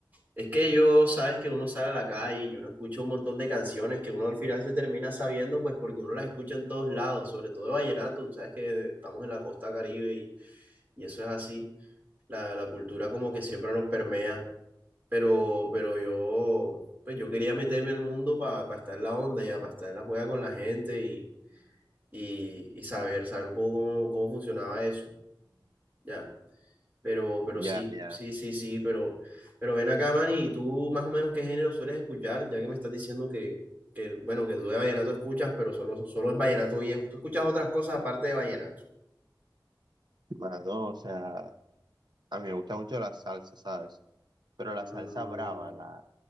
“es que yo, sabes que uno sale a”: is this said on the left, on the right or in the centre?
Right